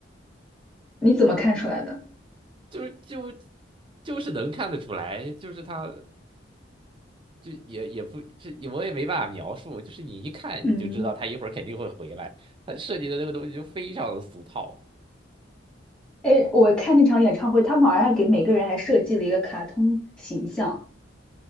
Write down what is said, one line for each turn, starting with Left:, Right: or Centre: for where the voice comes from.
Centre: 你怎么看出来的？
Right: <laughs> 就是就就是能看得出来，就是他。就也也不这我也没办法描述，就是你一看你就知道他一会儿肯定会回来，
Centre: 嗯。
Right: 他设计的这个东西就非常的俗套。
Centre: 哎，我看那场演唱会，他们好像给每个人还设计了一个卡通形象，